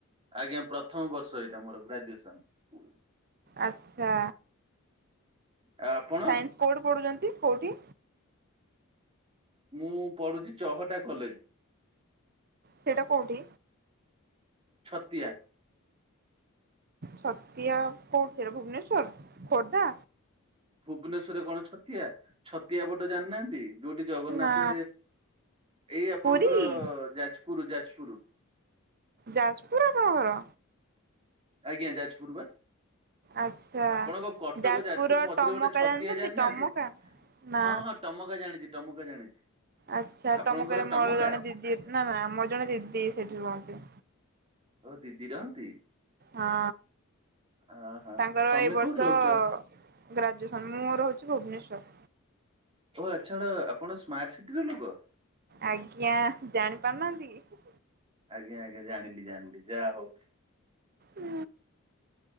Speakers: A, on the right; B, on the right.
A: ଆଜ୍ଞା ପ୍ରଥମ ବର୍ଷ ଏଇଟା ମୋର ଗ୍ରାଜୁଏସନ।
B: ଆଚ୍ଛା।
A: ଆଉ ଆପଣ?
B: ସାଇନ୍ସ କୋଉଠି ପଢୁଛନ୍ତି କୋଉଠି?
A: ମୁଁ ପଢୁଛି ଚହଟା କଲେଜ।
B: ସେଇଟା କୋଉଠି?
A: ଛତିଆ।
B: ଛତିଆ କୋଉଠି? ଭୁବନେଶ୍ଵର ଖୋର୍ଦ୍ଧା?
A: ଭୁବନେଶ୍ୱରରେ କଣ ଛତିଆ, ଛତିଆ ମଠ ଜାଣିନାହାନ୍ତି? ଯୋଉଠି ଜଗନ୍ନାଥେ
B: ନା
A: ଏଇ ଆପଣଙ୍କର
B: ପୁରୀ
A: ଯାଜପୁର ଯାଜ ଯାଜପୁରୁ।
B: ଯାଜପୁର ଆପଣ ଘର?
A: ଆଜ୍ଞା ଯାଜପୁର ବା?
B: ଆଚ୍ଛା।
A: ଆପଣଙ୍କ କଟକ
B: ଯାଜପୁରର
A: ଯାଜପୁର ମଝିରେ
B: ଟମକା
A: ଗୋଟେ ଛତିଆ
B: ଜାଣିଛନ୍ତି
A: ଜାଣିନାହାନ୍ତି?
B: ଟମକା? ନା
A: ହଁ ହଁ ଟମକା ଜାଣିଛି ଟମକା ଜାଣିଛି।
B: ଆଚ୍ଛା
A: ଆପଣଙ୍କ
B: ଟମକାରେ
A: ଘର
B: ମୋର
A: ଟମକା
B: ଜଣେ ଦିଦି ନା ନା ମୋର ଜଣେ ଦିଦି ସେଠି ରୁହନ୍ତି।
A: ଓହୋ ଦିଦି ରହନ୍ତି।
B: ହଁ।
A: ଓହୋ
B: ତାଙ୍କର
A: ତମେ
B: ଏଇ ବର୍ଷ
A: କୋଉଠି ରହୁଛ?
B: ଗ୍ରାଜୁଏସନ ମୁଁ ରହୁଛି ଭୁବନେଶ୍ଵର।
A: ଓ ଆଛା ଆପଣ ସ୍ମାର୍ଟ ସିଟିର ଲୋକ?
B: ଆଜ୍ଞା ଜାଣି ପାରୁନାହାନ୍ତି କି?
A: ଆଜ୍ଞା ଆଜ୍ଞା ଜାଣିଲି ଜାଣିଲି ଯାହା ହଉ।
B: ହୁଁ।